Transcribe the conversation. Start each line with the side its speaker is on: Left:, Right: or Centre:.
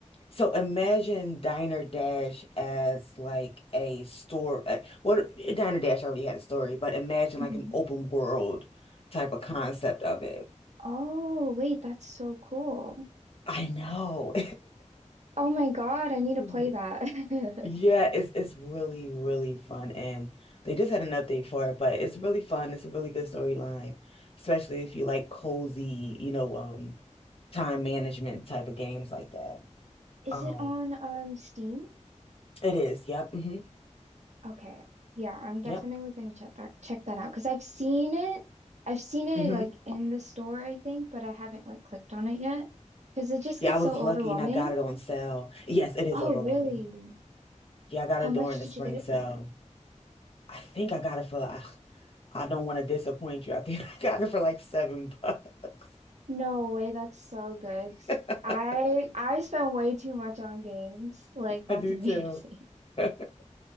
Left: So imagine Diner Dash as like a store. uh, Well, Diner Dash already had a story, but imagine
Right: Mhm.
Left: like an open world type of concept of it.
Right: Oh, wait, that's so cool.
Left: I know.
Right: Oh my God, I need to
Left: <laughs>
Right: play that.
Left: Yeah, it's it's really, really fun. And they just had an update for it, but it's really fun. It's a really good storyline, especially if you like cozy, you know, um, time management type of games like that.
Right: <laughs> Is
Left: Um,
Right: it on um Steam?
Left: it is. Yep. hmm
Right: Okay. Yeah, I'm definitely
Left: Yep.
Right: gonna check that check that out because I've seen it. I've seen it
Left: hmm
Right: like in the store, I think, but I haven't like clicked on it yet because it just
Left: Yeah,
Right: gets
Left: I was
Right: so
Left: lucky
Right: overwhelming.
Left: and I got it on sale. Yes, it is
Right: Oh,
Left: overwhelming.
Right: really?
Left: Yeah, I got
Right: How
Left: it
Right: much
Left: during the
Right: did
Left: spring
Right: you get it
Left: sale.
Right: for?
Left: I think I got it for, I, I don't want to disappoint you. I think <laughs> I got it for like seven bucks.
Right: No way, that's so good.
Left: <laughs>
Right: I I spend way too much on games. Like, that's
Left: I do
Right: <laughs> amazing.
Left: too. <laughs>